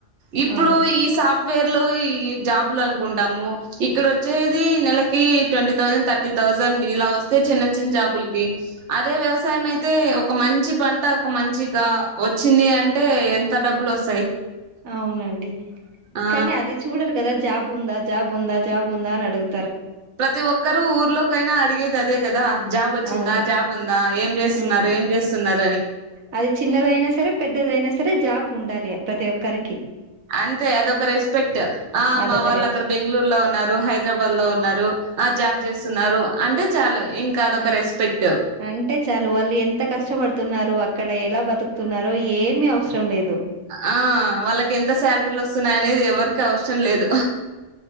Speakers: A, on the right; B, on the right.
A: ఇప్పుడు
B: ఆ
A: ఈ సాఫ్ట్వేర్ లో ఇ జాబ్ లు అన్కుంటాము ఇక్కడోచ్చేది నెలకి ట్వంటీ థౌసండ్ థర్టీ థౌసండ్ ఇలా వస్తే చిన్న చిన్ జాబులకి అదే వ్యవసాయం అయితే ఒక మంచి పంట ఒక మంచిగా వ వచ్చింది అంటే ఎంత డబ్బులోస్
B: అవునండి
A: ఆ
B: కానీ అది చూడరు గదా జ జాబుందా జాబుందా జాబుందా అన్ అడుగు
A: ప్రతి ఒక్కరూ ఊర్లోకైనా అడిగేదదే కదా జాబ్ వచ్చిందా
B: అవును
A: జాబ్ ఉందా ఏం చేస్తున్నారు
B: ఉమ్
A: ఏం చేస్తున్నార్
B: అది చిన్నదయినా సరే పెద్దదయినా సరే జాబ్ ఉండలి ప్రతి ఒక్కరిక్
A: అంతే అదొక రెస్పెక్ట్ ఆ
B: అదొక
A: మా వాళ్
B: రెస్
A: అక్కడ బెంగళూర్ లో ఉన్నారు హైదరాబాద్ లో ఉన్నారు ఆ జాబ్ జేస్తున్నారు అంటే చాలు ఇంకా అదొక
B: అంటే
A: రెస్పెక్ట్
B: అంటే చాలు వాళ్ ఎంత కష్టపడుతున్నారు అ అక్కడ ఎలా బతుక్తున్నారో ఏమి అవసరం లేదు
A: ఆ వాళ్ళకి ఎంత సాల్రీల్ వస్తున్నాయనేది ఎవర్కి అవస అవ్స్రం లేదు